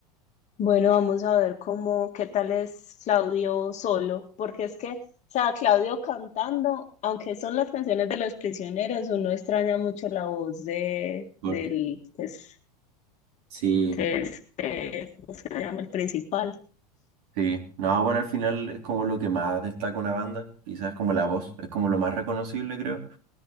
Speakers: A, on the left (about 35°); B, on the right (about 65°).
A: Bueno, vamos a ver cómo, qué tal es Claudio solo, porque es que, o sea, Claudio cantando, aunque son las canciones de los prisioneros, uno extraña mucho la voz de,
B: Por-
A: del, pues,
B: Sí,
A: de este, ¿cómo se llama? El principal.
B: Sí. No, bueno, al final es como lo que más destaca una banda, quizás como la voz, es como lo más reconocible, creo.